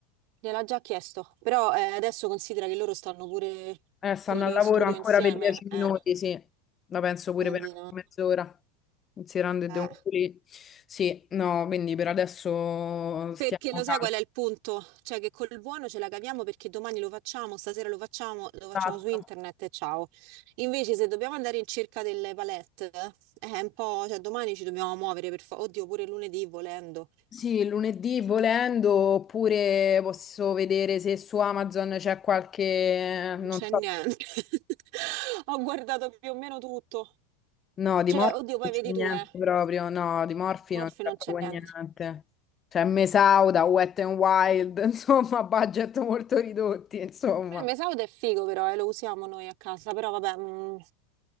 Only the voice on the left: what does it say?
Eh, stanno
al
lavoro
ancora
per dieci minuti,
sì, la penso
pure per
mezz'ora, considerando che
devo pulire. Sì, no, quindi per adesso stiamo
calmi.
Esatto.
Sì, lunedì volendo, oppure posso vedere se su Amazon c'è qualche, non
so,
no, di
Morphy
non c'è
niente
proprio, no, di Morphy
non c'è
proprio
niente. C'è Mesauda, Wet n Wild, <laughs> insomma, budget molto ridotti, insomma.